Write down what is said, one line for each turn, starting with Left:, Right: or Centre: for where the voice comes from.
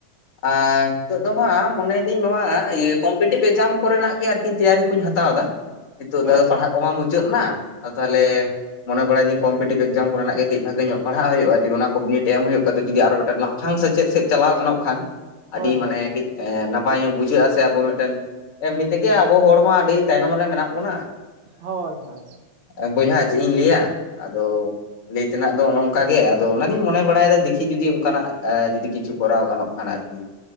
Left: ᱟ ᱱᱤᱛᱚᱜ ᱫᱚ ᱦᱟᱸᱜ ᱢᱚᱱᱮᱭ ᱫᱟᱹᱧ ᱱᱚᱣᱟ ᱤᱭᱟᱹ ᱠᱚᱢᱯᱤᱴᱤᱵᱽ ᱮᱠᱡᱟᱢ ᱠᱚᱨᱮᱱᱟᱜ ᱜᱮ ᱟᱨᱠᱤ ᱛᱮᱭᱟᱨᱤ ᱠᱚᱧ ᱦᱟᱛᱟᱣ ᱫᱟ ᱦᱤᱛᱚᱜ
Right: ᱟᱪᱪᱷᱟ
Left: ᱫᱚ ᱯᱟᱲᱦᱟᱜ ᱠᱚᱢᱟ ᱢᱩᱪᱟᱹᱫ ᱱᱟ ᱟᱫᱚ ᱛᱟᱞᱦᱮ ᱢᱚᱱᱮ ᱵᱟᱲᱟᱭ ᱫᱤᱧ ᱠᱚᱢᱯᱤᱴᱤᱯ ᱮᱠᱡᱟᱢ ᱠᱚᱨᱮᱱᱟᱜ ᱜᱮ ᱠᱟᱹᱡ ᱵᱷᱟᱜᱮ ᱧᱚᱜ ᱯᱟᱦᱲᱟᱜ ᱦᱳᱭᱳᱜᱼᱟ ᱡᱮ ᱚᱱᱟ ᱠᱚ ᱵᱤᱱᱤᱰ ᱮᱢ ᱦᱳᱭᱳᱜ ᱠᱟᱛᱮᱫ ᱡᱩᱫᱤ ᱟᱨᱦᱚᱸ ᱢᱤᱫᱴᱟᱝ ᱞᱟᱯᱷᱟᱝ ᱥᱮᱪᱮᱫ ᱥᱮᱫ ᱪᱟᱞᱟᱣ ᱜᱟᱱᱚᱜ ᱠᱷᱟᱱ
Right: ᱦᱳᱭ
Left: ᱟᱹᱰᱤ ᱢᱟᱱᱮ
Right: ᱦᱳᱭ ᱦᱳᱭ
Left: ᱠᱟᱹᱡ ᱮ ᱱᱟᱯᱟᱭ ᱧᱚᱜ ᱵᱩᱡᱷᱟᱹᱜᱼᱟ ᱥᱮ ᱟᱵᱚ ᱢᱤᱫᱴᱮᱱ ᱮᱢᱱᱤ ᱛᱮᱜᱮ ᱟᱵᱚ ᱦᱚᱲ ᱢᱟ ᱟᱹᱰᱤ ᱛᱟᱭᱱᱚᱢ ᱨᱮ ᱢᱮᱱᱟᱜ ᱵᱚᱱᱟ
Right: ᱦᱳᱭ ᱦᱳᱭ
Left: ᱮᱸᱻ ᱵᱚᱭᱦᱟ ᱪᱮᱫ ᱤᱧ ᱞᱟᱹᱭᱟ ᱟᱫᱚ ᱞᱟᱹᱭ ᱛᱮᱱᱟᱜ ᱫᱚ ᱚᱱᱮ ᱚᱝᱠᱟ ᱜᱮ ᱟᱫᱚ ᱚᱱᱟᱜᱤᱧ ᱢᱚᱱᱮ ᱵᱟᱲᱟᱭ ᱫᱟ ᱫᱤᱠᱷᱤ ᱡᱩᱫᱤ ᱚᱝᱠᱟᱱᱟᱜ ᱡᱩᱫᱤ ᱠᱤᱪᱷᱩ ᱠᱚᱨᱟᱣ ᱜᱟᱱᱚᱜ ᱠᱟᱱᱟ ᱟᱨᱠᱤ